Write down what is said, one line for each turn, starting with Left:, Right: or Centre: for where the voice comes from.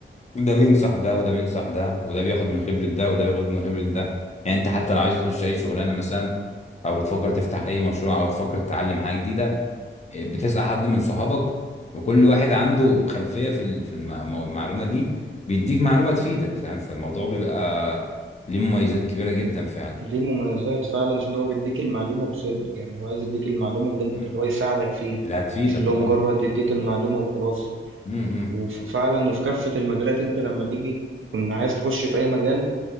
Left: ده بينصح ده وده بينصح ده وده بياخد من خبرة ده وده بياخد من خبرة ده يعني انت حتى لو عايز تخش اي شغلانة مثلا او بتفكر تفتح اي مشروع او تفكر تتعلم حاجة جديدة إيه، بتسأل حد من صحابك وكل واحد عنده خلفية في ال- في الم- مو- المعلومة دي بيديك معلومة تفيدك فاهم فالموضوع بيبقى ليه مميزات كبيرة جدا فعلا
Right: ليه مميزات فعلا عشان هو بيديك المعلومة بصدق يعني هو عايز يديك المعلومة اللي انت
Left: مم.
Right: اللي هو يساعدك فيها
Left: اللي هتفيدك
Right: مش اللي
Left: اه
Right: هو مجرد يديك المعلومة وخلاص
Left: مم، مم.
Right: وفعلا وفي كافة المجالات انت لما تيجي تكون عايز تخش في اي مجال